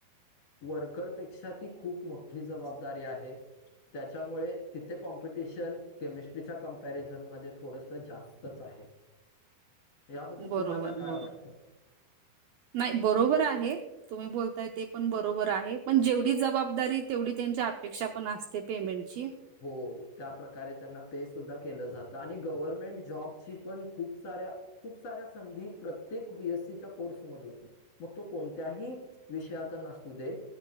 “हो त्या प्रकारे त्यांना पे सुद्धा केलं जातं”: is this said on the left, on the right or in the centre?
Left